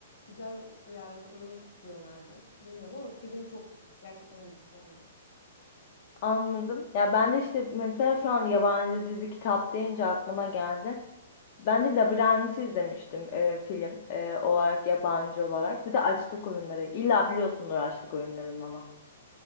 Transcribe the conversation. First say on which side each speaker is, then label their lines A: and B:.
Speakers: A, on the left; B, on the left.
A: Güzel uyarlanmış diyorlardı. Bilmiyorum ama film çok gerçekten güzeldi.
B: Anladım. Ya ben de işte mesela şu an yabancı dizi kitap deyince aklıma geldi. Ben de Labirent'i izlemiştim e, film e, olarak yabancı olarak. Bir de Açlık Oyunları. İlla biliyorsundur Açlık Oyunları'nı ama.